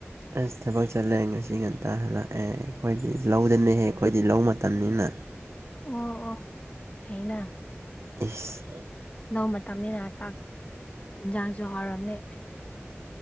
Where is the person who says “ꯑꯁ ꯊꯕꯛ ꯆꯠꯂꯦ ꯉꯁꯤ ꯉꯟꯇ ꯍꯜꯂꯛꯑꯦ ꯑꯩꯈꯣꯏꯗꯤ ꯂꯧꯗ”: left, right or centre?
Right